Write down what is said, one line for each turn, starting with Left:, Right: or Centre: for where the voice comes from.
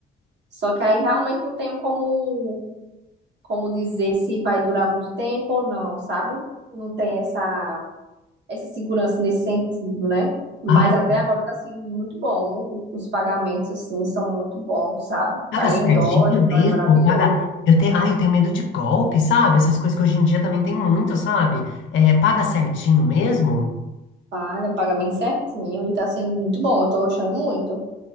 Right: Só que aí realmente não tenho como, como dizer se vai durar muito tempo ou não, sabe? Não tem essa, essa segurança nesse sentido, né? Mas
Left: Ai,
Right: até agora tá sendo muito bom. O- Os pagamentos, assim, são muito bons, sabe?
Left: paga
Right: Paga
Left: certinho
Right: em dólar, então
Left: mesmo,
Right: é maravilhoso.
Left: paga. Eu tenho, ai, eu tenho medo de golpe, sabe? Essas coisas que hoje em dia também tem muito, sabe? É, paga certinho mesmo?
Right: Paga, paga bem certinho e tá sendo muito bom. Eu tô achando muito.